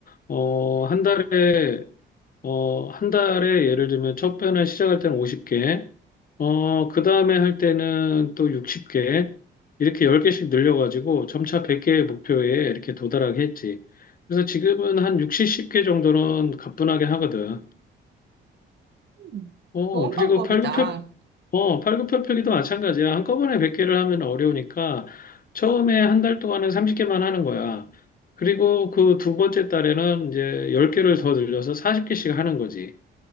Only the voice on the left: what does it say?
어, 한 달에 어, 한 달에 예를 들면 첫 편을 시작할 때는 50개, 어, 그 다음에 할 때는 또 60개, 이렇게 10개씩 늘려가지고 점차 100개의 목표에 이렇게 도달하게 했지. 그래서 지금은 한 60, 1 0개 정도는 가뿐하게 하거든.
어,
그리고
팔굽혀, 어, 팔굽혀펴기도 마찬가지야. 한꺼번에 100개를 하면 어려우니까 처음에 한 달 동안은 30개만 하는 거야. 그리고 그 두 번째 달에는 이제 10개를 더 늘려서 40개씩 하는 거지.